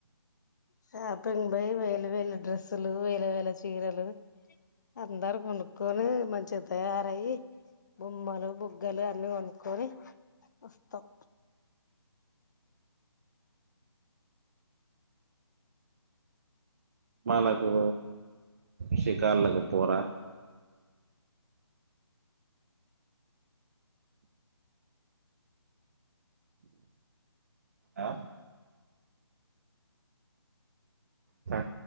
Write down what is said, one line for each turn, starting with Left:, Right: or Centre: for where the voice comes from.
Left: షాపింగ్ పై వేలు వేలు డ్రెస్సులు వేలు వేల చీరలు అందరు కొనుక్కొని మంచిగా తయారయి బొమ్మలు బుగ్గలు అన్ని కొనుక్కొని వస్తాం
Right: సినిమాలకు షికారులకు పోరా ఆ క